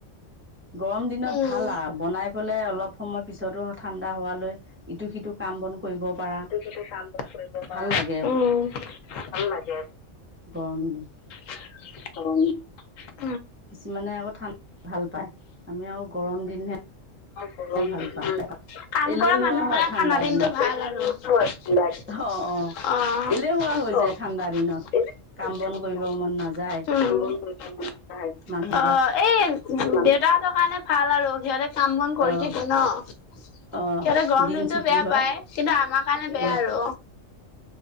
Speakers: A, on the right (about 20°); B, on the left (about 75°).
A: গৰম দিনত
B: উম,
A: ভাল আও বনাই পেলাই অলপ সময় পিছটো ঠাণ্ডা হোৱালৈ ইটো- সিটো, কাম- বন কৰিব পাৰা
B: ইটো -সিটো, কাম -বন কৰিব পাৰা।
A: ভাল লাগে
B: উম, ভাল লাগে।
A: গৰম দি
B: <unintelligible> অ ম
A: কিছুমানে আকৌ ঠাণ্ডা ভাল পায়। আমি আকৌ গৰম দিনহে
B: গৰম
A: ভাল
B: দিনটোহে
A: পাওঁ।
B: ভাল পায়।
A: এলেহুৱা
B: কাম কৰা
A: হয় ঠাণ্ডা
B: মানুহৰ
A: দিনত
B: কাৰনে ঠাণ্ডা দিনটো ভাল আৰু
A: অ',
B: ৰ'দ
A: অ'।
B: পৰে ঠাণ্ডা
A: এলেহুৱা
B: দিনটো।
A: হৈ যায়
B: আঁ--অঁ
A: ঠাণ্ডা
B: তেনেকুৱাই।
A: দিনত।
B: ৰ'দ ওলায়
A: কাম বন
B: দিনটো।
A: কৰিব
B: উম,
A: মন নাযায়
B: কাম-বন কৰিব মন নাযায়। অঁ এই
A: মানুহবিলাক
B: ওঁ, ওঁ দেউতাহঁতৰ কাৰণে ভাল আৰু সিহঁতে কাম -বন কৰি
A: অ',
B: থাকে ন'। সিহঁতে
A: অ',
B: গৰম
A: দিন
B: দিনটো
A: ছুটি
B: বেয়া
A: হয়।
B: পায় কিন্তু আমা কাৰণে বেয়া
A: উম
B: আৰু।